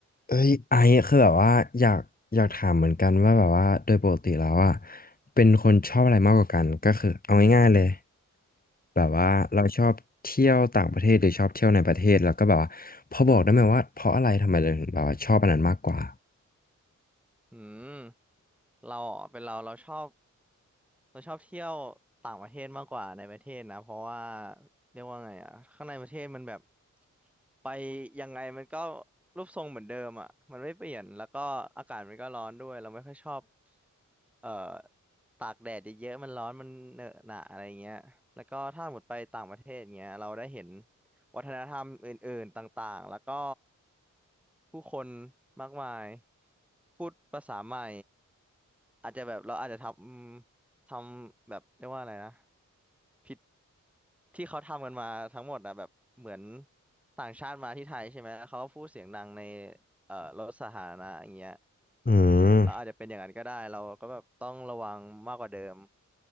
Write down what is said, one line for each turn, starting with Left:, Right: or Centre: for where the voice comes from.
Left: เอ้ยไอซ์คือแบบว่าอยากอยากถามเหมือนกันว่าแบบว่าโดยปกติแล้วอ่ะเป็นคนชอบอะไรมากกว่ากันก็คือเอาง่ายๆเลยแบบว่าเราชอบเที่ยวต่างประเทศหรือชอบเที่ยวในประเทศแล้วก็แบบว่าพอบอกได้ไหมว่าเพราะอะไรทำไมเราถึงแบบว่าชอบอันนั้นมากกว่า
Centre: อืมเราอ่ะเป็นเราเราชอบ เราชอบเที่ยวต่างประเทศมากกว่าในประเทศนะเพราะว่าเรียกว่าไงอ่ะข้างในประเทศมันแบบไปยังไงมันก็รูปทรงเหมือนเดิมอ่ะมันไม่เปลี่ยนแล้วก็อากาศมันก็ร้อนด้วยเราไม่ค่อยชอบเอ่อตากแดดเยอะๆมันร้อนมันเหนอะหนะอะไรเงี้ยแล้วก็ถ้าหมดไปต่างประเทศเงี้ยเราได้เห็นวัฒนธรรมอื่นๆต่างๆแล้วก็ผู้คนมากมายพูดภาษาใหม่อาจจะแบบเราอาจจะทำ ทำแบบเรียกว่าอะไรนะพิธที่เขาทำกันมาทั้งหมดอะแบบเหมือนต่างชาติมาที่ไทยใช่ไหมแล้วเขาก็พูดเสียงดังในเอ่อรถสาธารณะอย่างเงี้ย
Left: อืม
Centre: เราอาจจะเป็นอย่างนั้นก็ได้เราก็แบบต้องระวังมากกว่าเดิม